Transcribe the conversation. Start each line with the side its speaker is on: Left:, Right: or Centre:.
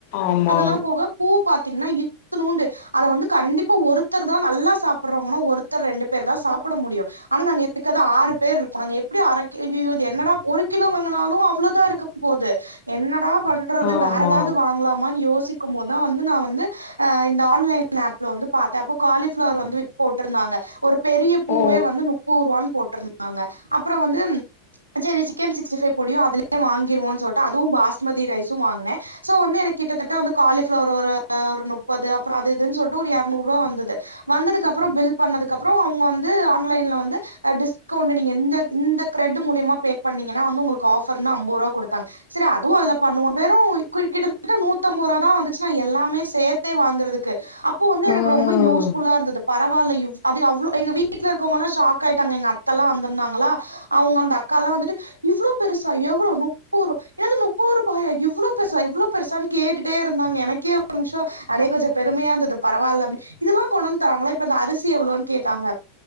Left: ஆமா
Right: அதெல்லா போக பூ பாத்தீங்கன்னா இத்துலூண்டு அத வந்து கண்டிப்பா ஒருத்தர்தா நல்லா சாப்றவங்கன்னா ஒருத்தர் ரெண்டு பேர்தா சாப்ட முடியு ஆனா நாங்க இருக்கது ஆறு பேர் இருக்கோ எப்டி அரகீ இது என்னடா ஒரு கிலோ வாங்கினாலு அவ்ளோதா இருக்கு போது என்னடா பண்
Left: ஆமா
Right: வேற ஏதாவது வாங்கலாமானு யோசிக்கும் போதா வந்து நா வந்து ஆ இந்த ஆன்லைன் ஆப்ல வந்து பாத்த அப்ப காலிஃபிளவர் வந்து போட்டுருந்தாங்க ஒரு பெரிய பூவே
Left: ஓ
Right: வந்து நுப் பூர்வான் போட்ருந்தாங்க அப்பற வந்து சேரி சிக்கன் சிக்ஸ்டி ஃபைவ் பொடியு அதுலயே வாங்கிருவோனு சொல்ட்டு அதுவு பாஸ்மதி ரைஸு வாங்கன சோ வந்து எனக்கு கிட்டத்தட்ட வந்து காலிஃபிளவர் ஒரு ஒரு நுப்பது அப்பற ததுன் சொல்ட்டு ஒரு எரநூறு ரூபா வந்துது வந்ததுக்கு அப்பற பில் பண்ணதுக்கு அப்பற அவுங்க வந்து ஆன்லைன்ல வந்து அ‌ டிஸ்கவுண்ட் நீங்க இந்த இந்த கிரெட் மூலியமா பே பண்ணீங்கன்னா வந்து உங்களுக்கு ஆஃபர்னு அம்பது ரூபா குடுத்தாங்க சரி அதுவு அதுல பண்ணுவோ வெறும் கி கிட்டத்தட்ட நூத்தம்பது ரூபாதா வந்துச்சுன்னா எல்லாமே சேத்தே வாங்கறதுக்கு அப்போ வந்து எனக்கு
Left: ம்
Right: ரொம்ப யூஸ்ஃபுல்லா இருந்தது பரவாயில்ல இவ் அது அவ்ளோ எங்க வீட்டுல இருக்கவங்கல்லா ஷாக் ஆயிட்டாங்க எங்க அத்தல்லா வந்தருந்தாங்களா அவுங்க அந்த அக்கால்லா வந்துட்டு இவ்வளோ பெருசா எவ்வளோ நுப்பது ரூவா ஏது நுப்பது ரூபாயா இவ்வளோ பெருசா இவ்வளோ பெருசான்னு கேட்டுட்டே இருந்தாங்க எனக்கே ஒரு நிமிஷொ அடே கொஞ்சொ பெருமையா இந்தது பரவால்ல இதெல்லா கொண்டு வந்து தராங்களா இப்ப இந்த அரிசி எவ்ளோன் கேட்டாங்க